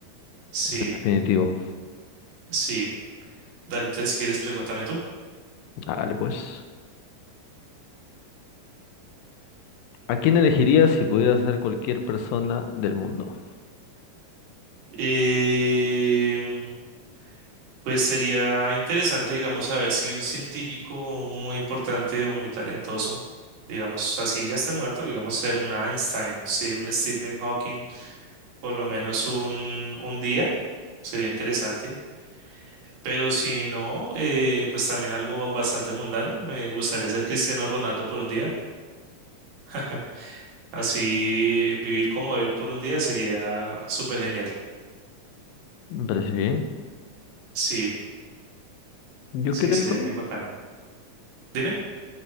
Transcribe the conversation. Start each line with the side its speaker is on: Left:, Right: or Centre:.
Right: Sí,
Left: Definitivo.
Right: sí. Dale, entonces si quieres, pregúntame tú.
Left: Hágale pues. ¿A quién elegirías si pudieras ser cualquier persona del mundo?
Right: Em, pues sería interesante, digamos, saber si un científico muy importante o muy talentoso, digamos, así ya esté muerto, digamos, ser un Einstein, ser un Stephen Hawking, por lo menos un, un día, sería interesante. Pero si no, eh, pues también algo bastante mundano. Me gustaría ser Cristiano Ronaldo por un día. <laughs> Así vivir como él por un día sería súper genial.
Left: Me parece bien.
Right: Sí,
Left: Yo
Right: sí,
Left: creo,
Right: sería muy bacano. Dime.